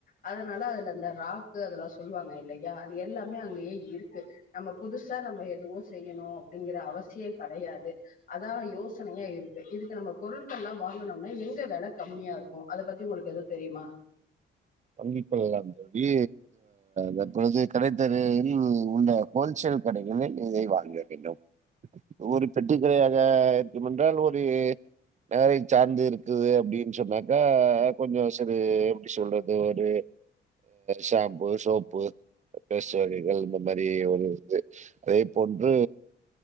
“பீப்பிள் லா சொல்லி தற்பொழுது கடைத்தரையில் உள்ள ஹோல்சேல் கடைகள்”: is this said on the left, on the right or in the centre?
Right